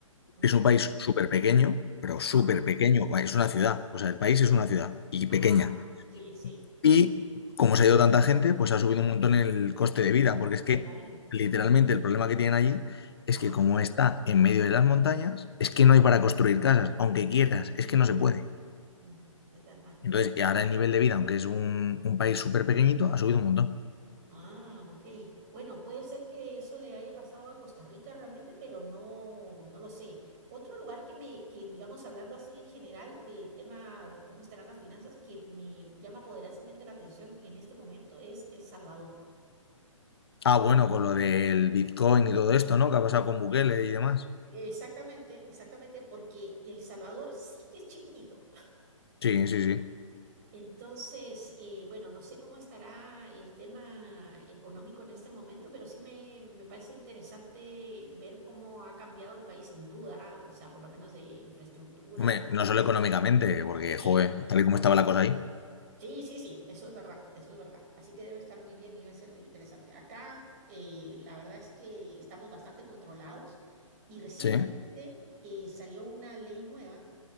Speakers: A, on the right (about 30°); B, on the left (about 50°).
A: Mm,
B: Es un país súper pequeño, pero
A: ajá,
B: súper pequeño. Es una ciudad, o sea, el país es una ciudad y
A: ajá.
B: pequeña.
A: Sí, sí,
B: Y como se ha ido tanta gente, pues ha subido un montón el coste de vida, porque
A: por
B: es
A: toda
B: que
A: la vida.
B: literalmente
A: Mm,
B: el problema que tienen allí es
A: ajá,
B: que como está en medio de las montañas, es que no hay para construir casas, aunque quieras,
A: sí,
B: es que no
A: es
B: se
A: verdad.
B: puede.
A: Mm, es verdad.
B: Entonces, y ahora el nivel de vida, aunque es un, un país súper pequeñito, ha subido un montón.
A: Ah, ok. Bueno, puede ser que eso le haya pasado a Costa Rica realmente, pero no, no lo sé. Otro lugar que me, que digamos, hablando así en general de tema de cómo estarán las finanzas, que me llama poderosamente la atención en este momento es El Salvador.
B: Ah, bueno, con lo del Bitcoin y todo esto, ¿no? Que ha pasado con Bukele y demás.
A: Exactamente, exactamente, porque El Salvador sí que es chiquitito.
B: Sí, sí, sí.
A: Entonces, eh, bueno, no sé cómo estará el tema económico en este momento, pero sí me, me parece interesante ver cómo ha cambiado el país sin duda, o sea, por lo menos de infraestructura
B: Hombre,
A: y...
B: no solo económicamente, porque,
A: Sí,
B: joder, tal y como estaba la cosa ahí.
A: sí, sí, sí, eso es verdad, eso es verdad. Así que debe estar muy bien y debe ser interesante. Acá, eh, la verdad es que estamos bastante controlados y recientemente
B: Sí.
A: eh, salió una ley nueva